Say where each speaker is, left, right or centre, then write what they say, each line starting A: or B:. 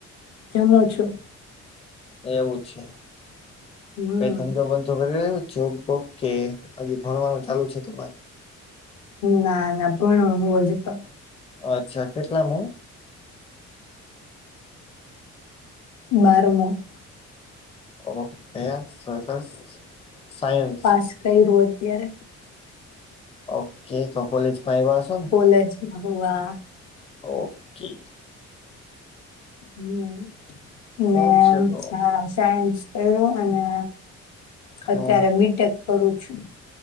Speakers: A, on the left; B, on the left.
A: જમું છું.
B: એવું છે.
A: હમ
B: કઈ ધંધો બ ઘ છ કે હ ભણ વાનુ ચાલુ છે તમારે?
A: ના ના. ભણુ હુ હજી તો.
B: અચ્છા. કેટલામ?
A: બારમાં.
B: ઓ હે સરશ. સાયન્સ.
A: પાસ કર્યું અત્યારે.
B: ઓકે તો કોલેજ આવીયા હસો.
A: કોલેજ હુવા.
B: ઓકે.
A: હ મે
B: એવું છે તો
A: હા સાયન્સ કર્યું અને
B: હા
A: અત્યારે બીટેક કરું છું.